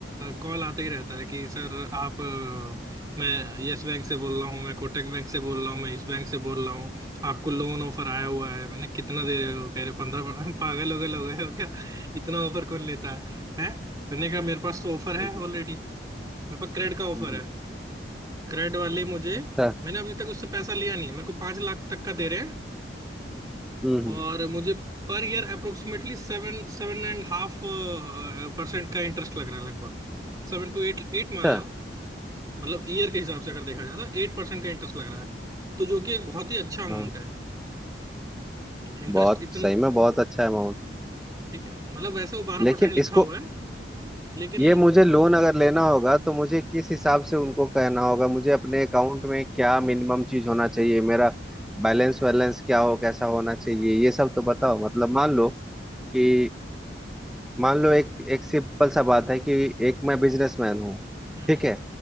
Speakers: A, on the right (about 20°); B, in the centre.
A: कॉल आते ही रहता है कि सर आप अ, मैं यस बैंक से बोल रहा हूँ मैं कोटक बैंक से बोल रहा हूँ मैं इस बैंक से बोल रहा हूँ आपको लोन ऑफर आया हुआ है मैंने कितना दे रहे हो कह रहे पंद्रह <laughs> पागल हो गए लोग हो क्या इतना ऑफर कौन लेता है हैं मैंने कहा मेरे पास तो ऑफर
B: हम्म,
A: है ऑलरेडी मेरे पास क्रेड का ऑफर
B: हम्म, हम्म,
A: है क्रेड वाले मुझे
B: अच्छा
A: मैंने अभी तक उससे पैसा लिया नहीं है मेरे को पांच लाख तक का दे रहे हैं
B: हम्म, हम्म,
A: और मुझे पर year approximately seven seven and half percent का इंटरेस्ट लग रहा है लगभग सेवन टू एट एट
B: अच्छा
A: मान लो मतलब ईयर के हिसाब से अगर देखा जाए तो एट परसेंट का इंटरेस्ट लग रहा है तो जो कि एक बहुत ही अच्छा अमाउंट
B: हाँ
A: है कि इंटरेस्ट
B: बहुत
A: इतना
B: सही में बहुत अच्छा अमाउंट
A: ठीक है मतलब वैसे वो बारह
B: लेकिन
A: परसेंट लिखा
B: इसको
A: हुआ है लेकिन
B: ये मुझे लोन अगर लेना होगा तो मुझे किस हिसाब से उनको कहना होगा मुझे अपने अकाउंट में क्या मिनिमम चीज होना चाहिए मेरा बैलेंस वैलेंस क्या हो कैसा होना चाहिए ये सब तो बताओ मतलब मान लो कि मान लो एक एक सिंपल सा बात है कि एक मैं बिजनेसमैन हूँ
A: हम्म
B: ठीक है